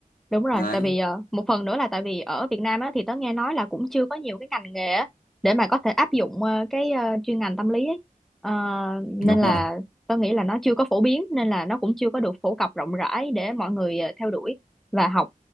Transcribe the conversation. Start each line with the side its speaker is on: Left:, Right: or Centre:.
Centre: Đúng rồi,
Left: Đấy.
Centre: tại vì ờ, một phần nữa là tại vì ở Việt Nam á, thì tớ nghe nói là cũng chưa có nhiều cái ngành nghề á, để mà có thể áp dụng ờ, cái ờ, chuyên ngành tâm lý ấy. Ờ, nên
Left: đúng rồi
Centre: là tớ nghĩ là nó chưa có phổ biến nên là nó cũng chưa có được phổ cập rộng rãi để mọi người ờ, theo đuổi và học.